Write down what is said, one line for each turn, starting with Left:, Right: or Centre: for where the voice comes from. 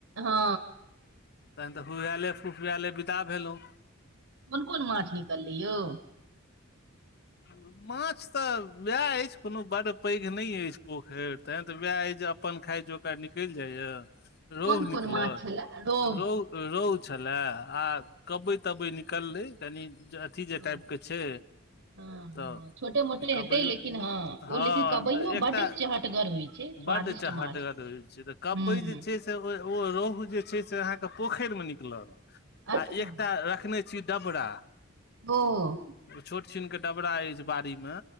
Right: हँ
Left: तहन तऽ हुहुआएले फुफुआएले विदा भेलहुँ
Right: कोन-कोन माछ निकललै यौ?
Left: हँ <unintelligible> माछ तऽ वएह अछि, कोनो बड पैघ नहि अछि पोखरि तहन तऽ वएह अछि अपन खाय जोकरा निकलि जाइयै। रोहू
Right: कोन
Left: निकलल
Right: कोन माछ छलए रोहु
Left: रोह रोहु छलै आ कबई तबई निकललै कनी <unintelligible>
Right: हँ
Left: जे टाइप के छै
Right: हँ
Left: तऽ
Right: हँ छोटे मोटे
Left: ई कबैयो,
Right: हेतै लेकिन हँ
Left: हँ
Right: ओ लेकिन कबइयो
Left: तऽ एकटा
Right: बड्ड चहटगर होइ छै स्वादिष्ट
Left: बड्ड चहटगर
Right: माछ
Left: होइ छै, तऽ कबैइ
Right: हूँ
Left: जे छै से रोहु जे छै से अहाँके पोखरिमे निकलत
Right: अच्छा
Left: आ एकटा रखने छी डबरा
Right: बो <unintelligible>
Left: एगो छोट-छिनके डबरा अछि बाड़ीमे,